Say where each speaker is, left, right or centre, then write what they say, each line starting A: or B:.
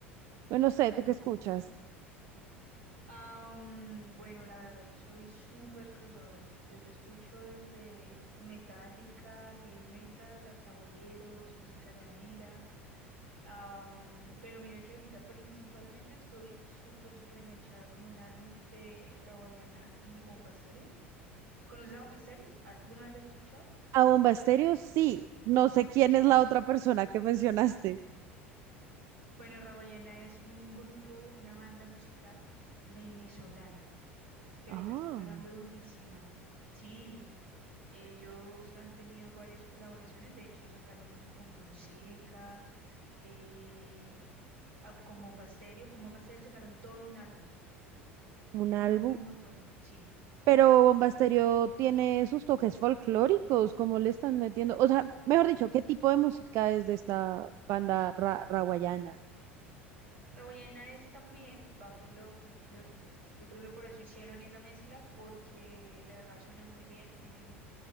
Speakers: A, on the right; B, on the right.
A: Bueno, no sé,
B: No.
A: ¿tú qué escuchas?
B: Ah, mm, bueno, la verdad, yo soy súper crossover. Yo te escucho desde Metallica, heavy metal, hasta boleros, música llanera. Ah, mm, pero mira que ahorita principalmente estoy súper, súper enganchada con un álbum de Rawayana y Bomba Estéreo. ¿Conoces a Bomba Estéreo? ¿Alguna vez las has escuchado?
A: A Bomba Estéreo, sí.
B: Sí.
A: No sé quién
B: Mm.
A: es la otra persona que mencionaste.
B: Bueno, Rawayana es un grupo, una banda musical venezolana. que ahorita
A: Ah,
B: está pegando durísimo. Sí, ellos han tenido varias colaboraciones, de hecho sacaron una con Fonseca, eh, ah, con Bomba Estéreo, con Bomba Estéreo sacaron todo un álbum,
A: Un
B: que es
A: álbum.
B: muy, muy bueno, sí.
A: Pero Bomba Estéreo tiene sus toques folclóricos, ¿cómo le están metiendo? O sea, mejor dicho, ¿qué tipo de música es de esta banda ra rawayana?
B: Raboyena es también, va por lo folclórico. Yo creo que por eso hicieron esa mezcla, porque de verdad suenan muy bien, tienen